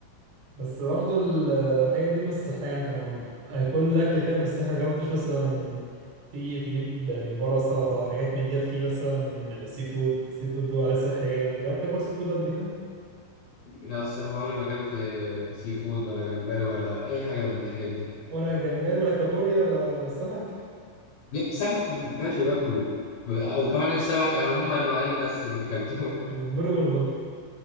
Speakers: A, on the right (about 70°); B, on the left (about 70°).
A: بس برضه ال- الحاجات دي مش صحيه انت م- كل الاكل كده مش صحي ما جربتش مثلا تيجي تجيب من بره سلطه حاجات من ديت فيه مثلا سي فود سي فود بيقولوا عليه صحي جامد جربت تاكل سي فود قبل كده
B: لا الصراحة عمري ما أكلت آه، سي فود ولا جمبري ولا أي حاجة من الحاجات دي
A: ولا جمبري ولا كابوريا ولا سمك
B: لا سمك ماشي باكله ب- وكمان السمك أنا هما النوعين بس اللي أكلتهم
A: البوري والبلطي